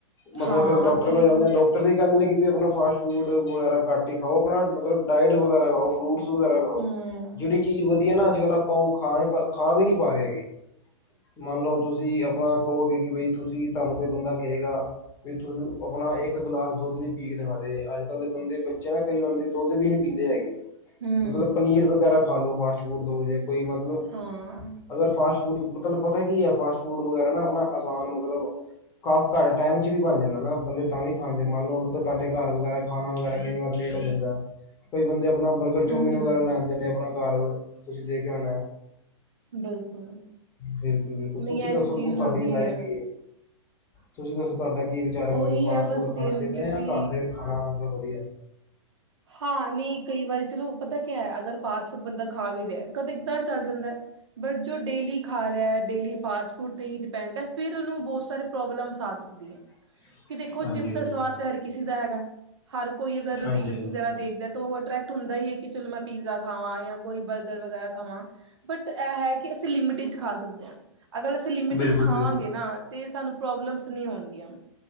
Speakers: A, on the left; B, on the right.
A: ਮਤਲਬ
B: ਹਾਂ
A: ਫੇਰ ਡਾਕਟਰ
B: ਸਹੀ
A: ਕੋਲ ਜਾਂਦੇ
B: ਗੱਲ
A: ਡਾ ਡਾਕਟਰ ਵੀ ਕਹਿੰਦੇ ਨੇ ਕਿ ਆਪਣਾ ਫਾਸਟ ਫੂਡ ਵਗੈਰਾ ਘੱਟ ਹੀ ਖਾਓ ਆਪਣਾ ਮਤਲਬ ਡਾਇਟ ਵਗੈਰਾ ਖਾਓ ਫਰੂਟ ਸੂ ਵਗੈਰਾ ਗਾਓ
B: ਹਮ
A: ਜੇੜੀ ਚੀਜ਼ ਵਧੀਆ ਨਾ ਅੱਜਕੱਲ ਆਪਾਂ ਉਹ ਖਾ ਖਾ ਵੀ ਨੀ ਪਾ ਰਹੇ ਹੈਗੇ ਮਨ ਲੋ ਹੁਣ ਤੁਸੀ ਆਪਣਾ ਕਓਗੇ ਕਿ ਬਈ ਤੁਆਨੁ ਕੋਈ ਬੰਦਾ ਕਏਗਾ ਤੂੰ ਆਪਣਾ ਇੱਕ ਗਲਾਸ ਦੁੱਧ ਵੀ ਪੀ ਕੇ ਦਿਖਾ ਦੇ ਅੱਜ ਕੱਲ ਦੇ ਬੰਦੇ ਬੱਚਿਆਂ ਦਾ ਕਈ ਬੰਦੇ ਦੁਧ ਵੀ ਨੀ ਪੀਂਦੇ ਹੈਗੇ
B: ਹਮ
A: ਮਤਲਬ ਪਨੀਰ ਵਗੈਰਾ ਖਾ ਲਓ ਫਾਸਟ ਫੂਡ ਦੋ ਵਜੇ ਕੋਈ ਮਤਲਬ
B: ਹਾਂ
A: ਅਗਰ ਫਾਸਟ ਫ਼ੂਡ ਮਤਲਬ ਪਤਾ ਕੀ ਐ ਫਾਸਟ ਫੂਡ ਵਗੈਰਾ ਨਾ ਆਪਣਾ ਆਸਾਨ ਮਤਲਬ ਘਰ ਘੱਟ ਟੈਮ ਚ ਵੀ ਬਣ ਜਾਂਦਾ ਨਾ ਬੰਦੇ ਤਾ ਵੀ ਖਾਂਗੇ ਮੰਨ ਲੋ ਉਤੋਂ ਤੁਹਾਡੇ ਘਰ ਵਗੈਰਾ ਖਾਣਾ ਵਗੈਰਾ ਕਈ ਵਾਰ ਲੇਟ ਹੋ ਜਾਂਦਾ ਕਈ ਬੰਦੇ ਆਪਣਾ ਬਰਗਰ ਚੋਮੀਨ
B: ਹਮ ਹਮ
A: ਵਗੈਰਾ ਲੈ ਆਂਦੇ ਨੇ ਆਪਣਾ ਘਰ ਤੁਸੀਂ ਦੇਖਿਆ ਹੋਣਾ
B: ਬਿਲਕੁਲ
A: ਫੇਰ ਕਿ ਐ।
B: ਨਹੀਂ
A: ਤੁਸੀਂ
B: ਇਹ
A: ਦੱਸੋ
B: ਤਾਂ ਚੀਜ਼
A: ਤੁਆਡੀ
B: ਹੁੰਦੀ
A: ਰਾਏ
B: ਹੈ
A: ਕੀ ਐ। ਤੁਸੀਂ ਦੱਸੋ ਤਾਡਾ ਕੀ ਵਿਚਾਰ <unintelligible>
B: ਉਹੀ
A: ਫਾਸਟ
B: ਹੈ ਬਸ
A: ਫ਼ੂਡ ਖਾਣਾ
B: ਸੇਮ
A: ਚਾਹੀਦਾ
B: ਕਿਉਂਕਿ
A: ਜਾਂ ਘਰ ਦੇ ਖਾਣਾ ਮਤਲਬ ਵਧੀਆ
B: ਹਾ, ਨਈ ਕਈ ਵਾਰੀ ਚਲੋ ਪਤਾ ਕਿਆ ਅਗਰ ਫਾਸਟ ਫ਼ੂਡ ਬੰਦਾ ਖਾ ਵੀ ਰਿਆ ਕਦੇ ਕਦਾ ਚਲ ਜਾਂਦਾ। ਬਟ ਜੋ ਡੇਲੀ ਖਾ ਰੇਆ, ਡੇਲੀ ਫਾਸਟ ਫ਼ੂਡ ਤੇ ਹੀ ਡਿਪੈਂਡ ਫਿਰ ਉਹਨੂੰ ਬਹੁਤ ਸਾਰੇ ਪ੍ਰੋਬਲਮ ਆ ਸਕਦੀ।
A: <inaudible>
B: ਕਿ ਦੇਖੋ
A: ਹਾਂਜੀ
B: ਜਿਬ
A: ਹਾਂਜੀ
B: ਦਾ ਸਵਾਦ ਤੇ ਹਰ ਕਿਸੀ ਦਾ ਹੈਗਾ ਹਰ ਕੋਈ ਅਗਰ
A: ਹਾਂਜੀ ਹਾਂਜੀ
B: ਰੀਲਸ ਵਗੈਰਾ ਦੇਖਦਾ ਤੋ ਅਟਰੈਕਟ ਹੁੰਦਾ ਈ ਐ ਕਿ ਚਲੋ ਮੈਂ ਪੀਜ਼ਾ ਖਾਵਾਂ ਜਾਂ ਕੋਈ ਬਰਗਰ ਵਗੈਰਾ ਖਾਵਾਂ ਬਟ ਐ ਕਿ ਅਸੀਂ ਲਿਮਿਟ ਚ ਖਾ ਸਕਦੇ ਆ ਅਗਰ ਅਸੀਂ ਲਿਮਿਟ
A: ਬਿਲਕੁਲ
B: ਚ ਖਾਵਾਂਗੇ
A: ਬਿਲਕੁਲ
B: ਨਾ ਤੇ ਸਾਨੂੰ ਪ੍ਰੋਬਲਮਸ ਨੀ ਹੋਣਗੀਆਂ